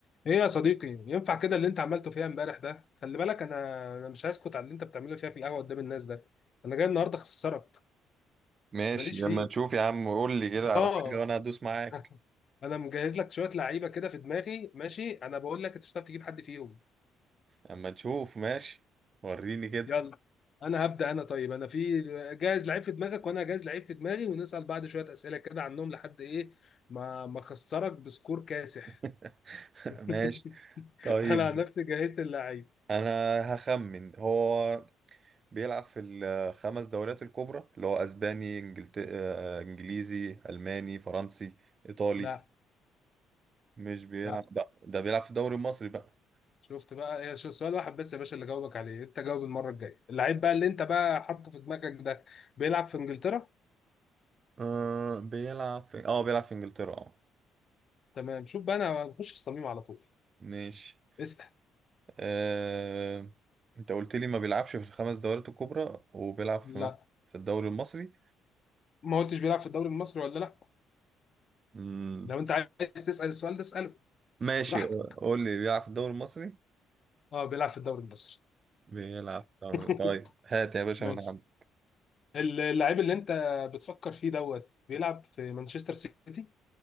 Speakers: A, on the left; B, on the right.
A: ايه يا صديقي ينفع كده اللي انت عملته فيها امبارح ده خلي بالك انا انا مش هسكت على اللي انت بتعمله فيها في القهوه قدام الناس ده انا جاي النهارده اخسرك
B: ماشي
A: ماليش
B: لما
A: فيه
B: نشوف يا عم قول لي كده على
A: اه
B: حاجة وانا هدوس معاك
A: <laughs> انا مجهز لك شويه لعيبه كده في دماغي ماشي انا بقول لك انت مش هتعرف تجيب حد فيهم
B: لما نشوف ماشي وريني كده
A: يلا انا هبدا انا طيب انا في جاهز لعيب في دماغك وانا جاهز لعيب في دماغي ونسال بعض شويه اسئله كده عنهم لحد ايه ما ما اخسرك بسكور كاسح
B: <laughs>
A: <laughs>
B: ماشي طيب
A: انا عن نفسي جهزت اللعيب
B: انا هخمن هو بيلعب في الخمس دوريات الكبرى اللي هو اسباني إنجلت... آه، انجليزي الماني فرنسي ايطالي
A: لا
B: مش بيلعب
A: لا
B: ده, ده بيلعب في الدوري المصري بقى
A: شفت بقى هي شو- سؤال واحد بس يا باشا اللي جاوبك عليه انت جاوب المره الجايه اللعيب بقى اللي انت بقى حاطه في دماغك ده بيلعب في انجلترا
B: أه بيلعب في اه بيلعب في انجلترا اه
A: تمام شوف بقى انا هنخش في الصميم على طول
B: ماشي
A: اسال
B: آه... انت قلت لي ما بيلعبش في الخمس دوريات الكبرى وبيلعب في
A: لا
B: مثلا في الدوري المصري
A: ما قلتش بيلعب في الدوري المصري ولا لا
B: مم.
A: لو انت عايز تسال السؤال ده اساله
B: ماشي
A: براحتك
B: قول لي بيلعب في الدوري المصري
A: اه بيلعب في الدوري المصري
B: بيلعب في الدوري
A: <laughs>
B: طيب هات يا باشا
A: ماشي
B: من عندي
A: اللعيب اللي انت بتفكر فيه دوت بيلعب في مانشستر سيتي